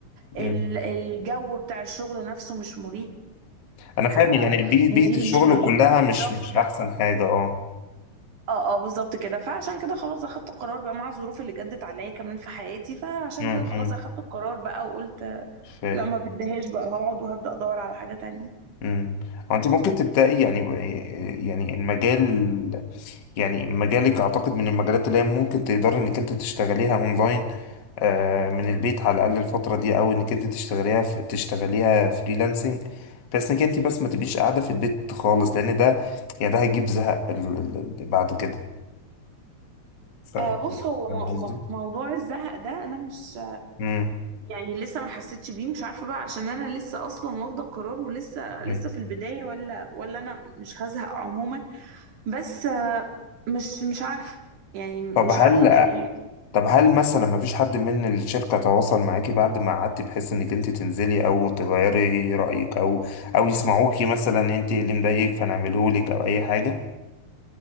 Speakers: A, on the left; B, on the right.
A: مم.
B: ال... الجو بتاع الشغل نفسه مش مريح
A: أنا فاهم
B: آه،
A: يعني بي- بيئة
B: مديري
A: الشغل
B: مش مريح
A: كلها مش
B: ضغط
A: مش أحسن حاجة أه
B: اه اه بالظبط كده فعشان كده خلاص اخدت القرار بقى مع الظروف اللي جدت عليا كمان في حياتي فعشان
A: مم،
B: كده خلاص
A: مم،
B: اخدت القرار بقى وقلت
A: فاهم
B: لا ما بديهاش بقى هقعد وهبدأ ادور على حاجة تانية
A: امم انت ممكن تبداي يعني آه، يعني المجال يعني مجالك اعتقد من المجالات اللي هي ممكن تقدري انك انت تشتغليها اونلاين آه، من البيت على الاقل الفتره دي او انك انت تشتغليها ف- تشتغليها فريلانسنج بس انك انت بس ما تبقيش قاعده في البيت خالص لان ده يعني ده هيجيب زهق ال- ال- ال- بعد كده ف
B: آه بص هو
A: فاهم قصدي
B: م م موضوع الزهق ده انا مش
A: امم
B: يعني لسه ما حسيتش بيه مش عارفة بقى عشان انا لسه اصلا واخدة القرار ولسه لسه
A: أمم.
B: في البداية ولا ولا انا مش هزهق عموما بس آه مش مش عارفة يعني مش
A: طب هل
B: عارفة الحقيقة
A: طب هل مثلا ما فيش حد من الشركة تواصل معاكي بعد ما قعدتي بحيث انك انت تنزلي او تغيري رأيك او او يسمعوكي مثلا انت إيه اللي مضايقك فنعمله لك او اي حاجة